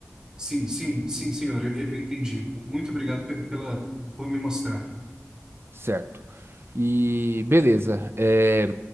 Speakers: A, on the right (about 15°); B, on the right (about 55°).
A: Sim, sim, sim, senhor, eu, eu entendi. Muito obrigado pe- pela por me mostrar.
B: Certo. E beleza. É,